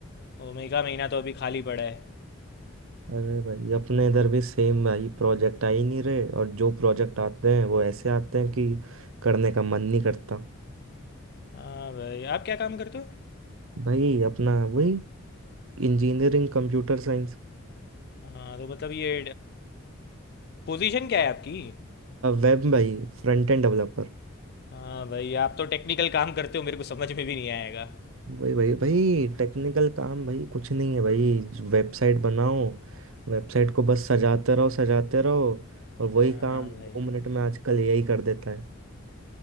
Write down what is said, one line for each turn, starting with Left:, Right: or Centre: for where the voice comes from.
Left: तो मई का महीना तो अभी खाली पड़ा है
Right: अरे भाई अपने इधर भी सेम भाई प्रोजेक्ट आ ही नहीं रहे और जो प्रोजेक्ट आते हैं वो ऐसे आते हैं कि करने का मन नहीं करता
Left: हाँ भाई आप क्या काम करते हो
Right: भाई अपना वही इंजीनियरिंग कंप्यूटर साइंस
Left: हाँ तो मतलब ये पोजीशन क्या है आपकी
Right: वेब भाई फ्रंट एंड डेवलपर
Left: हाँ भाई आप तो टेक्निकल काम करते हो मेरे को समझ में भी नहीं आएगा
Right: भाई भाई भाई टेक्निकल काम भाई कुछ नहीं है भाई वेबसाइट बनाओ वेबसाइट को बस सजाते रहो सजाते रहो और वही
Left: हाँ
Right: काम दो
Left: भाई
Right: मिनट में आजकल एआई कर देता है